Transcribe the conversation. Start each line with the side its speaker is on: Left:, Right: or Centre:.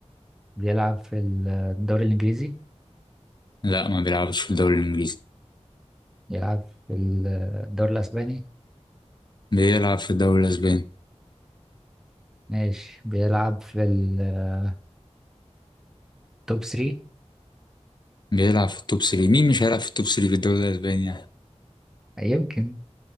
Centre: بيلعب في الدوري الإنجليزي
Left: لا ما بيلعبش في الدوري الانجليزي
Centre: بيلعب في الدوري الأسباني
Left: بيلعب في الدوري الاسباني
Centre: ماشي بيلعب في التوب 3
Left: بيلعب في التوب 3 مين مش هيلعب في التوب 3 في الدوري الاسباني يعني
Centre: يمكن